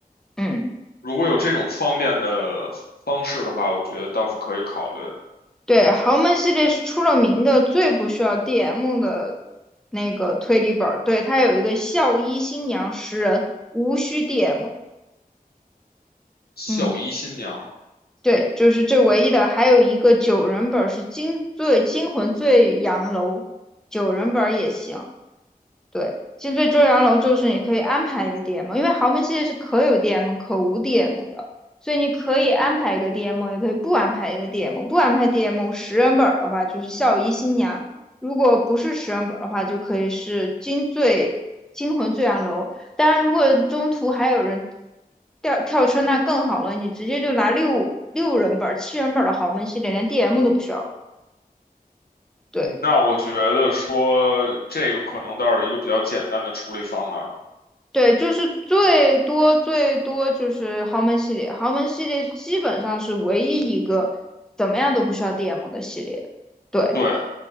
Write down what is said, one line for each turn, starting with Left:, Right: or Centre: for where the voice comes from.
Centre: 嗯。
Left: 如果有这种方便的方式的话，我觉得倒是可以考虑。
Centre: 对，豪门系列是出了名的最不需要 DM 的那个推理本儿，对，它有一个校医新娘十人，无需 DM。
Left: 孝仪新娘，
Centre: 嗯，对，就是这唯一的，还有一个九人本儿是惊最惊魂醉阳楼，九人本儿也行。对，金最周阳楼就是你可以安排一个 DM，因为豪门系列是可有 DM 可无 DM 的，所以你可以安排一个 DM，也可以不安排一个 DM。不安排 DM 十人本儿的话，就是孝仪新娘；如果不是十人本儿的话，就可以是金醉惊魂醉阳楼。当然，如果中途还有人掉跳车，那更好了，你直接就拿六六人本儿七人本儿的豪门系列，连 DM 都不需要了。对，
Left: 嗯那我觉得说这个可能倒是一个比较简单的处理方案。
Centre: 对，就是最多最多就是豪门系列，豪门系列基本上是唯一一个怎么样都不需要 DM 的系列。对，
Left: 对，